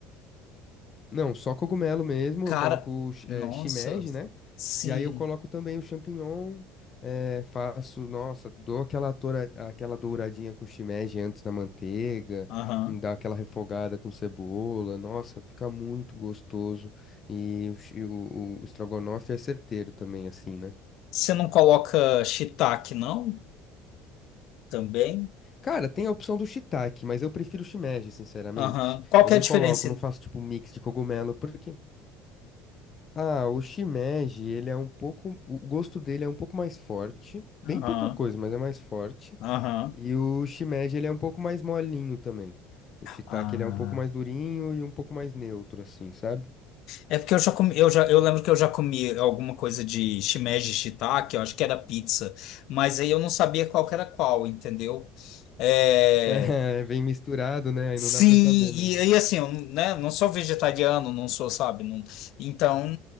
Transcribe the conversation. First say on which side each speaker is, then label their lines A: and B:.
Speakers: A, on the left; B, on the left.
A: Não, só cogumelo mesmo.
B: Cara,
A: Eu coloco
B: nossa,
A: é, shimeji, né?
B: sim.
A: E aí eu coloco também o champignon, eh, faço, nossa, dou aquela, tora, aquela douradinha com shimeji antes na manteiga,
B: Aham.
A: hum, dá aquela refogada com cebola, nossa, fica muito gostoso. E, o, chi- o, o estrogonofe é certeiro também, assim, né?
B: Você não coloca shiitake, não? Também?
A: Cara, tem a opção do shiitake, mas eu prefiro o shimeji, sinceramente.
B: Aham. Qual
A: Eu
B: que
A: não
B: é a diferença?
A: coloco, não
B: en-
A: faço tipo mix de cogumelo, porque ah, o shimeji, ele é um pouco, o gosto dele é um pouco mais forte, bem
B: Aham.
A: pouca coisa, mas é mais forte.
B: Aham.
A: E o shimeji, ele é um pouco mais molinho também. O shiitake,
B: Ah.
A: ele é um pouco mais durinho e um pouco mais neutro assim, sabe? <laughs>
B: É porque eu já comi, eu já, eu lembro que eu já comi alguma coisa de shimeji shiitake, eu acho que era pizza, mas aí eu não sabia qual que era qual, entendeu? É...
A: É, vem misturado, né? Aí
B: Sim,
A: não dá pra saber mesmo.
B: e, aí assim, eu, né, não sou vegetariano, não sou, sabe? não- então,